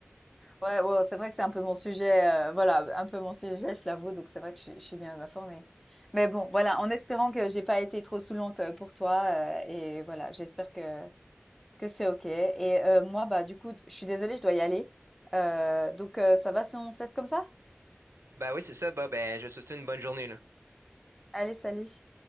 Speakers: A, in the centre; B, on the right.
A: Ouais, ouais, c'est vrai que c'est un peu mon sujet, heu, voilà, un peu mon sujet, je l'avoue, donc c'est vrai que je suis je suis bien informée. Mais bon, voilà, en espérant que j'ai pas été trop saoulante, heu, pour toi, heu et voilà, j'espère que Que c'est OK. Et euh, moi, bah, du coup, je suis désolée, je dois y aller. Euh, donc, euh, ça va si on se laisse comme ça?
B: Ben oui, c'est ça, bah, ben, je te souhaite une bonne journée, là.
A: Allez, salut.